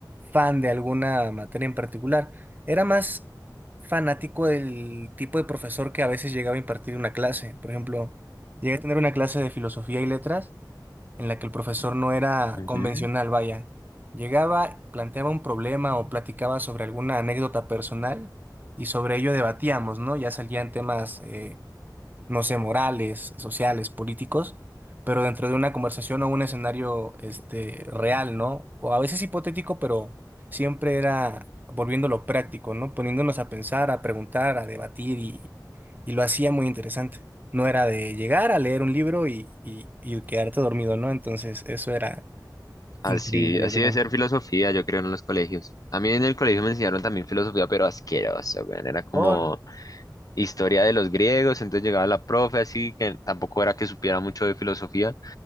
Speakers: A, on the right; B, on the left.
A: fan de alguna materia en particular. Era más fanático del tipo de profesor que a veces llegaba a impartir una clase. Por ejemplo, llegué a tener una clase de filosofía y letras en la que el profesor no era
B: Ujú.
A: convencional, vaya. Llegaba, planteaba un problema o platicaba sobre alguna anécdota personal y sobre ello debatíamos, ¿no? Ya salían temas... eh, no sé, morales, sociales, políticos, pero dentro de una conversación o un escenario este, real, ¿no? O a veces hipotético, pero siempre era volviéndolo práctico, ¿no? Poniéndonos a pensar, a preguntar, a debatir y, y lo hacía muy interesante. No era de llegar a leer un libro y, y, y quedarte dormido, ¿no? Entonces, eso era
B: Así,
A: increíble,
B: así
A: yo creo.
B: debe ser filosofía, yo creo, en los colegios. A mí en el colegio me enseñaron también filosofía, pero asqueroso, weón. Era como
A: Por,
B: historia de los griegos, entonces llegaba la profe así, que tampoco era que supiera mucho de filosofía.